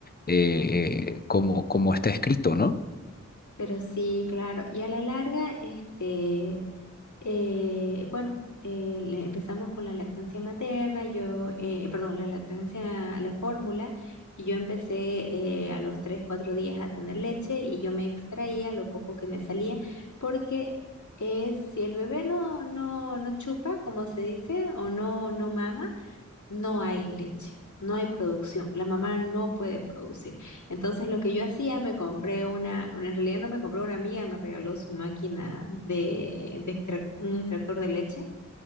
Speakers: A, on the left (about 30°); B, on the left (about 75°).
A: eh, como, como está escrito, ¿no?
B: pero sí, claro. Y a la larga, este, Eh, bueno, eh, le- empezamos con la lactancia materna, yo, eh, perdón, la lactancia, la fórmula, y yo empecé eh, a los 3, 4 días a tener leche y yo me extraía lo poco que me salía, porque es si el bebé no, no, no chupa, como se dice, o no, no mama, no hay leche, no hay producción, la mamá no puede producir. Entonces lo que yo hacía, me compré una, bueno, en realidad no me compré una amiga, me regaló su máquina de, de extrac- un extractor de leche